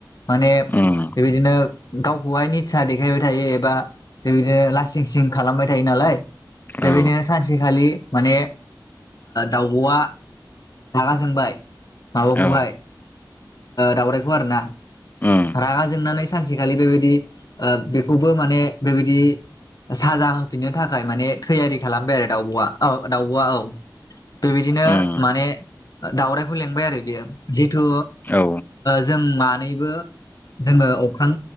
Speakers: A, on the left; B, on the left.
A: माने
B: उम
A: बेबायदिनो गावखौहाय फसााह देखायबाय थायो एबा बेबायदिनो लासिं सिं खालामबाय थायो नालाय बेबायदिनो
B: औ
A: सानसेखालि माने दाउब'आ रागा सोंबाय माबाखौहाय
B: औ
A: दावरायाइखौ आरो ना,
B: उम
A: रागा जोंनानै सानसेखालि बेबायदि बेखौबो माने बेबायदि साजा होफिननो थाखाय माने थैयारि खालामबाय आरो दाउब'आ औ दाउब'आ औ बेबायदिनो
B: उम
A: माने दाावराइखौ लिेंबाय आरो बियो जिथु
B: औ
A: जों मानैबो जोङो अख्रां